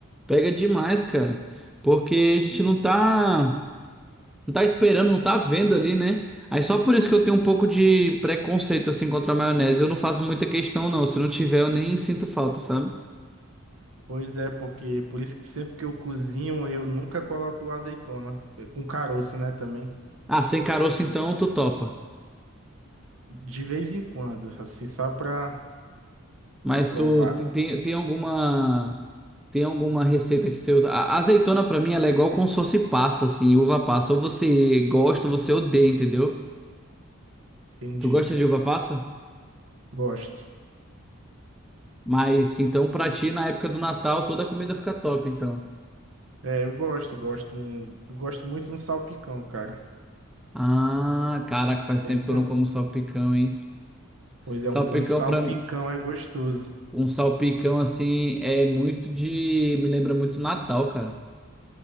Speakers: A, in the centre; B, on the right (about 70°).
A: pega demais, cara. Porque a gente não tá, não tá esperando, não tá vendo ali, né? Aí só por isso que eu tenho um pouco de preconceito assim contra a maionese. Eu não faço muita questão não, se não tiver eu nem sinto falta, sabe?
B: Pois é, porque por isso que sempre que eu cozinho, eu nunca coloco azeitona. eh, Com caroço, né, também.
A: Ah, sem caroço então tu topa.
B: De vez em quando, assim, só pra,
A: Mas
B: pra provar.
A: tu te- tem, tem alguma tem alguma receita que você usa? A a azeitona pra mim ela é igual como se fosse passa, assim, uva passa. Ou você gosta ou você odeia, entendeu?
B: Entendi.
A: Tu gosta de uva passa?
B: Gosto.
A: Mas então pra ti na época do Natal toda a comida fica top, então.
B: É, eu gosto, gosto. um- Eu gosto muito no salpicão, cara.
A: Ah, caraca, faz tempo
B: Entendeu?
A: que eu não como salpicão, hein?
B: Pois
A: Salpicão
B: é, um bom salpicão
A: pra mim,
B: é gostoso.
A: um salpicão assim é muito de me lembra muito Natal, cara.